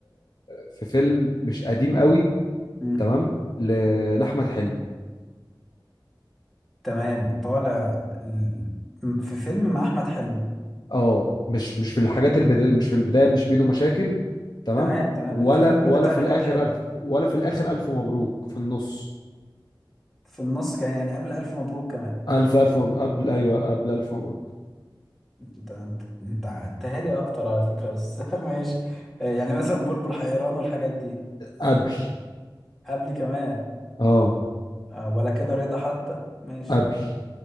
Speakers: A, on the left (about 55°); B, in the centre.
A: في فيلم مش قديم قوي
B: امم
A: تمام ل- لأحمد حلمي
B: تمام طالع ال- في فيلم مع احمد حلمي
A: اه مش مش في الحاجات البداية مش في البداية مش ميدو مشاكل تمام
B: تمام تمام
A: ولا
B: من الافلام الجد
A: ولا
B: بتاعت
A: في
B: احمد
A: الآخر
B: حلمي
A: ألف ولا في الآخر ألف مبروك في النص
B: في النص كان يعني قبل الف مبروك كمان
A: ألف ألف مبروك قبل أيوه قبل ألف مبروك
B: انت انت انت عدتها لي اكتر على فكره بس <laughs> ماشي آه، يعني مثلا بلبل حيران والحاجات دي
A: قبل
B: قبل كمان
A: اه
B: آه، ولا كده رضا حتى ماشي
A: قبل